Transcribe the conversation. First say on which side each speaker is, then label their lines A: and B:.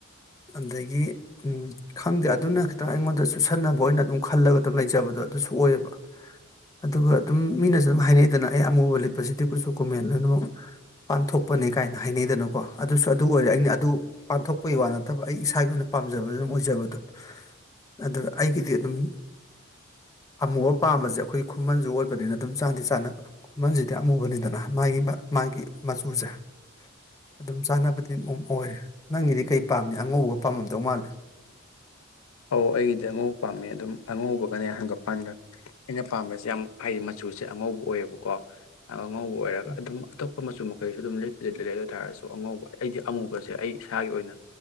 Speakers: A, on the left (about 15°); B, on the left (about 80°).
A: ꯑꯗꯒꯤ ꯎꯝ ꯈꯪꯗꯦ ꯑꯗꯨꯅ ꯈꯤꯇꯪ ꯑꯩꯉꯣꯟꯗ ꯆꯨꯁꯟꯅꯕ ꯑꯣꯏꯅ ꯑꯗꯨꯝ ꯈꯜꯂꯒ ꯑꯗꯨꯝ ꯂꯩꯖꯕꯗꯣ ꯑꯗꯨꯁꯨ ꯑꯣꯏꯌꯦꯕ ꯑꯗꯨꯒ ꯑꯗꯨꯝ ꯃꯤꯅꯁꯨ ꯑꯗꯨꯝ ꯍꯥꯏꯅꯩꯗꯅ ꯑꯩ ꯑꯃꯨꯕ ꯂꯤꯠꯄꯁꯤꯗꯤ ꯀꯨꯁꯨ ꯀꯨꯃꯦꯟ ꯂꯣꯏꯅꯃꯛ ꯄꯥꯟꯊꯣꯛꯄꯅꯦ ꯀꯥꯏꯅ ꯍꯥꯏꯅꯩꯗꯅꯀꯣ ꯑꯗꯨꯁꯨ ꯑꯗꯨ ꯑꯣꯏꯔꯦ ꯑꯩꯅ ꯑꯗꯨ ꯄꯥꯡꯊꯣꯛꯄꯒꯤ ꯋꯥ ꯅꯠꯇꯕ ꯑꯩ ꯏꯁꯥꯒꯤ ꯑꯣꯏꯅ ꯄꯥꯝꯖꯕ ꯑꯗꯨꯝ ꯑꯣꯏꯖꯕꯗꯣ ꯑꯗꯨ ꯑꯩꯒꯤꯗꯤ ꯑꯗꯨꯝ ꯑꯃꯨꯕ ꯄꯥꯝꯕꯁꯦ ꯑꯩꯈꯣꯏ ꯈꯨꯃꯟꯁꯨ ꯑꯣꯏꯕꯅꯤꯅ ꯑꯗꯨꯝ ꯆꯥꯗꯤ ꯆꯥꯅꯕ ꯈꯨꯃꯟꯁꯤꯗꯤ ꯑꯃꯨꯕꯅꯤꯗꯅ ꯃꯥꯒꯤ ꯃꯥꯒꯤ ꯃꯆꯨꯁꯦ ꯑꯗꯨꯝ ꯆꯥꯅꯕꯗꯤ ꯑꯃꯝ ꯑꯣꯏꯔꯦ ꯅꯪꯒꯤꯗꯤ ꯀꯩ ꯄꯥꯝꯃꯤ ꯑꯉꯧꯕꯒ ꯄꯥꯝꯃꯝꯗꯧ ꯃꯥꯜꯂꯦ
B: ꯑꯧ ꯑꯩꯒꯤꯗꯤ ꯑꯉꯧꯕ ꯄꯥꯝꯃꯦ ꯑꯗꯨꯝ ꯑꯉꯧꯕꯒꯅꯦ ꯍꯪꯒꯞꯄꯥꯟꯒ ꯑꯩꯅ ꯄꯥꯝꯕꯁꯦ ꯌꯥꯝ ꯍꯥꯏꯗꯤ ꯃꯆꯨꯁꯦ ꯑꯉꯧꯕ ꯑꯣꯏꯌꯦꯕꯀꯣ ꯑꯉꯧꯕ ꯑꯣꯏꯔꯒ
A: ꯎꯝ
B: ꯑꯗꯨꯝ ꯑꯇꯣꯞ ꯃꯆꯨ ꯃꯈꯩꯁꯨ ꯑꯗꯨꯝ ꯂꯤꯠ ꯂꯤꯠ ꯂꯤ ꯑꯗꯨ ꯑꯣꯏꯇꯥꯥꯔꯁꯨ ꯑꯉꯧꯕ ꯑꯩꯗꯤ ꯑꯃꯨꯕꯁꯦ ꯑꯩ ꯏꯁꯥꯒꯤ ꯑꯣꯏꯅ